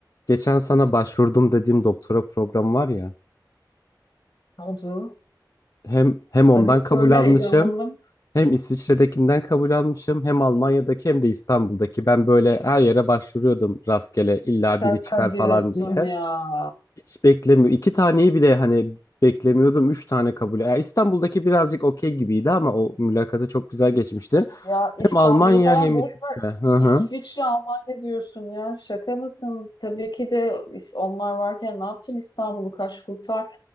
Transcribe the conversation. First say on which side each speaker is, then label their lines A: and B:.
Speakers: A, on the left; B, on the left.
A: Geçen sana başvurdum dediğim doktora programı var ya.
B: Oldu.
A: Hem hem ondan
B: Hadi söyle
A: kabul almışım,
B: heyecanlandım.
A: hem İsviçre'dekinden kabul almışım, hem Almanya'daki hem de İstanbul'daki. Ben böyle her yere başvuruyordum rastgele illa
B: Şaka
A: biri çıkar falan
B: diyorsun
A: diye.
B: ya.
A: Hiç beklemiyor. İki taneyi bile hani beklemiyordum. Üç tane kabul. Ya İstanbul'daki birazcık okey gibiydi ama o mülakatı çok güzel geçmişti.
B: Ya
A: Hem
B: İstanbul'u
A: Almanya
B: falan
A: hem
B: boş
A: İsviçre.
B: ver.
A: Hı hı.
B: İsviçre, Almanya diyorsun ya. Şaka mısın? Tabii ki de is- onlar varken ne yapacaksın İstanbul'u kaç kurtar.